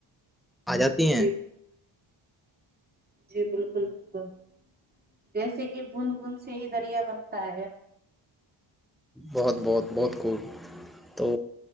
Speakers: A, in the centre; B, on the right.
A: آ جاتی ہیں
B: جی جی بالکل بالکل جیسے کہ بند بند سے ہی دریا بنتا ہے
A: بہت بہت بہت خوب تو